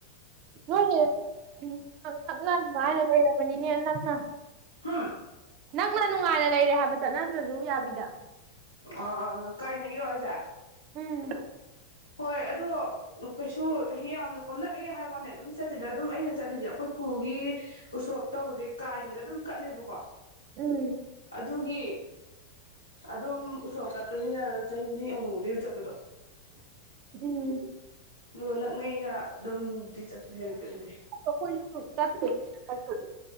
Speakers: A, on the right; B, on the left.
A: ꯅꯣꯔꯤ <unintelligible> ꯕꯅꯤꯅꯦ ꯅꯛꯅ
B: ꯍꯝ
A: ꯅꯛꯅ ꯅꯨꯡꯉꯥꯏꯅ ꯂꯩꯔꯦ ꯍꯥꯏꯕ ꯆꯠꯅꯗ꯭ꯔꯁꯨ ꯌꯥꯕꯤꯗ꯫
B: ꯑ ꯑ ꯑ ꯑ ꯀꯥꯏꯅꯒꯤꯔꯣ ꯑꯩꯖꯦ
A: ꯎꯝ
B: ꯍꯣꯏ ꯑꯗꯣ ꯀꯩꯁꯨ ꯌꯥꯝꯅ ꯀꯣꯝ ꯅꯛꯑꯦ ꯍꯥꯏꯕ ꯋꯥꯅꯦ ꯑꯗꯨꯝ ꯆꯠꯇꯦꯗ ꯑꯗꯨꯝ ꯑꯩꯅ ꯆꯠꯂꯤꯖꯦ ꯑꯩꯈꯣꯏ ꯄꯨꯒꯤ ꯎꯁꯣꯞ ꯇꯧꯕꯁꯦ ꯀꯥꯏꯅꯗ ꯑꯗꯨꯝ ꯀꯠꯂꯦꯕꯀꯣ
A: ꯎꯝ
B: ꯑꯗꯨꯒꯤ ꯑꯗꯨꯝ ꯎꯁꯣꯞ ꯀꯠꯄꯅꯤꯅ ꯆꯍꯤ ꯈꯨꯗꯤꯡꯒꯤ ꯑꯃꯨ ꯃꯨꯛꯇꯤ ꯑꯗꯨꯝ ꯆꯠꯄꯗꯣ
A: ꯎꯝ
B: ꯂꯣ ꯅꯛꯅꯩꯅ ꯑꯗꯨꯝꯗꯤ ꯆꯠꯄ <unintelligible> ꯑꯣꯏꯗꯦ
A: ꯑꯩꯈꯣꯏꯁꯨ <unintelligible> ꯆꯠꯇꯦ ꯆꯠꯄꯨꯗꯤ